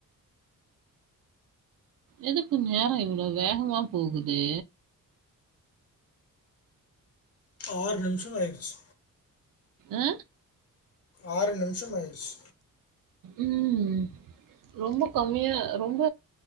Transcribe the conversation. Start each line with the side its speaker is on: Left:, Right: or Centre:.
Right: எதுக்கு நேரம் இவ்ளோ வேகமா போகுது
Left: ஆறு நிமிஷமா ஆயிடுச்சு
Right: ஆ
Left: ஆறு நிமிஷம் ஆயிருச்சு
Right: ம் ரொம்ப கம்மியா ரொம்ப